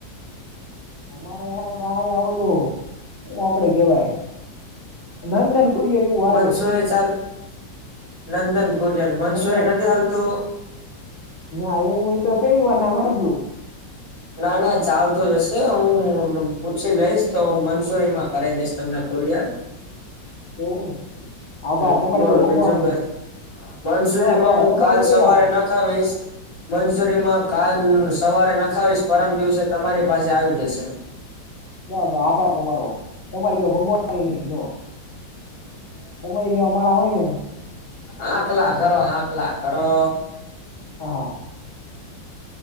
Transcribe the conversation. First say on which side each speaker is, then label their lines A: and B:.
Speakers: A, on the left (about 30°); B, on the left (about 65°).
A: અમારે અહિયાં તો અહિયાં ઓલું, હું આપડે કહેવાય! નંદન કુરિયર એવું હાલે
B: મન્સુરી ચાલ, નંદન કુરિયર, મન્સુરી
A: નંદન
B: નથી હાલતું?
A: ના એવું ઈ તો પહેલી વાર નામ હાંઈભળું.
B: ના, ના ચાલતું જ હશે, હું પૂછી લઈશ તો હું મન્સુરીમાં કરાઈ દઈશ તમને કુરિયર.
A: એવું? આભાર
B: હમ્મ.
A: તમારે
B: બોલો
A: જો ભગવાન
B: બીજું કાંઈ?
A: એ નહીં
B: મન્સુરીમાં
A: તો બ
B: હું
A: તમારી
B: કાલ
A: દયા
B: સવારે નખ ખાવીશ, મન્સુરીમાં કાલ સવારે નખાવીશ, પરમ દિવસે તમારી પાસે આવી જશે.
A: <unintelligible> આભાર તમારો. તમારી જેવો ભગવાન એય નહીં <unintelligible> તમારી જેવા માણા હોય ને
B: આંખલા કરો, આંખલા કરો.
A: હા.